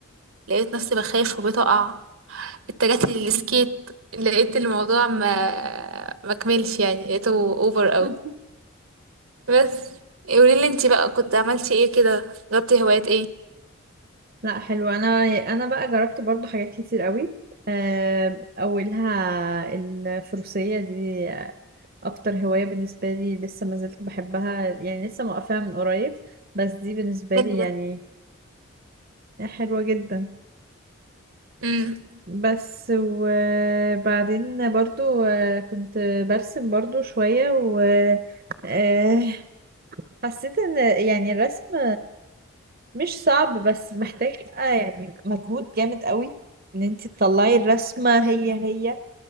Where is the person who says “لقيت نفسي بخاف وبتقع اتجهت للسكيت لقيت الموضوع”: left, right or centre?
Right